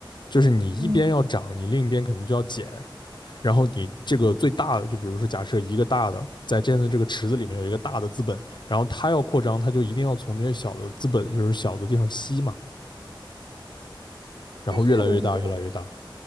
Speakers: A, on the left; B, on the right.
A: 就是你一边要涨，
B: 嗯，
A: 你另一边肯定就要减，然后你这个最大的，就比如说假设一个大的在这样的这个池子里面有一个大的资本，然后它要扩张，它就一定要从这些小的资本，就是小的地方吸嘛，然后越来越大，
B: 但是我觉得
A: 越来越大。